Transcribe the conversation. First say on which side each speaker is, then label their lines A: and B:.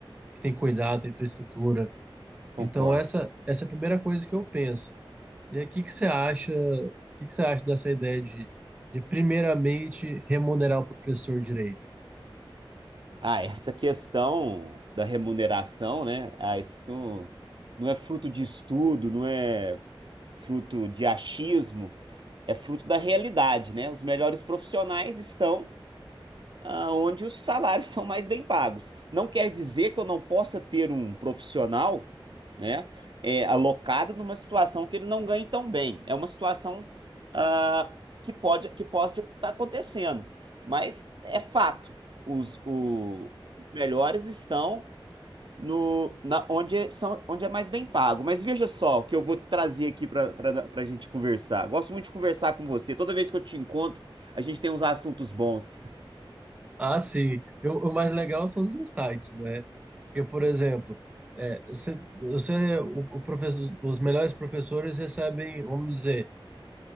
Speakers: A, on the right; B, on the right.
A: que tem cuidado, tem infraestrutura.
B: concordo.
A: Então essa, essa é a primeira coisa que eu penso. E aí, o que que você acha, o que que você acha dessa ideia de, de primeiramente remunerar o professor direito?
B: Ah, essa questão da remuneração, né? Ah, isso não, não é fruto de estudo, não é fruto de achismo, é fruto da realidade, né? Os melhores profissionais estão ah, onde os salários <laughs> são mais bem pagos. Não quer dizer que eu não possa ter um profissional, né, é, alocado numa situação que ele não ganhe tão bem. É uma situação ah, que pode que pode estar acontecendo, mas é fato. Os, o- os melhores estão no na, onde são onde é mais bem pago. Mas veja só o que eu vou trazer aqui para para a gente conversar. Gosto muito de conversar com você. Toda vez que eu te encontro, a gente tem uns assuntos bons.
A: Ah, sim. Eu- o mais legal são os insights, né? Porque, por exemplo, é, você, você- o, o professor, os melhores professores recebem, vamos dizer,